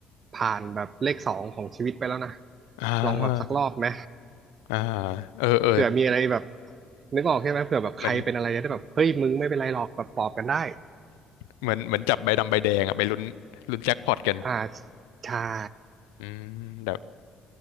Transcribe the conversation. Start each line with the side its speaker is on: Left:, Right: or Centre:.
Right: ผ่านแบบเลขสองของชีวิตไปแล้วนะ
Left: อ่า
Right: ลองแบบสักรอบไหม
Left: อ่าเออเออ
Right: เผื่อมีอะไรแบบนึกออกใช่ไหมเผื่อแบบใครเป็นอะไรจะได้แบบเฮ้ยมึงไม่เป็นไรหรอกแบบปลอบกันได้
Left: เหมือนเหมือนเหมือนจับใบดำใบแดงอะไปลุ้นลุ้นแจ็คพอตกัน
Right: อ่าใช่
Left: อืมแบบ